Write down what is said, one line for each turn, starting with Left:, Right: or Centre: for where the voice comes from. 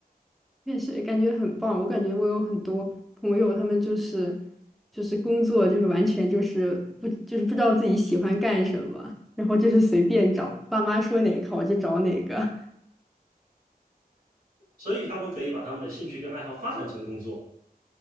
Centre: <laughs> 确实感觉很棒。我感觉我有很多朋友，他们就是就是工作就是完全就是不就是不知道自己喜欢干什么，然后就是随便找，爸妈说哪个我就找哪个。
Right: 所以他们可以把他们的兴趣跟爱好发展成工作。